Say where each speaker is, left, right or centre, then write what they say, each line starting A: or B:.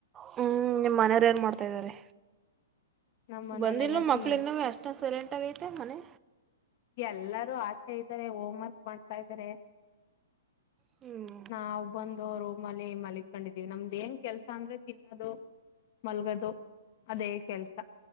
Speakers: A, on the right; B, on the left.
A: ಹ್ಮ್ ನಿಮ್ಮ ಮನೆಯವ್ರ್ ಏನ್ ಮಾಡ್ತಿದಾರೆ.
B: ನಮ್ಮ್ ಮನೇಲೆಲ್ಲಾ
A: ಬಂದಿಲ್ಲ ಮಕ್ಕಳಿನುವ್ವೆ
B: ಟೀ
A: ಅಷ್ಟೋನ್ ಸೈಲೆಂಟಾಗೈತೆ ಮನೆ.
B: ಎಲ್ಲಾರೂ ಆಚೆ ಇದ್ದಾರೆ ಹೋಮ್ ವರ್ಕ್ ಮಾಡ್ತಾ ಇದ್ದಾರೆ.
A: ಹ್ಞೂ
B: ನಾವ್ ಬಂದೊರು. ಮಲ್ಲಿ ಕೊಂಡಿದೀವಿ ನಮ್ದ ಏನ್ ಕೆಲ್ಸ ಅಂದ್ರೆ ತಿನ್ನದು. ಮಲ್ಗದು ಅದೇ ಕೆಲ್ಸ.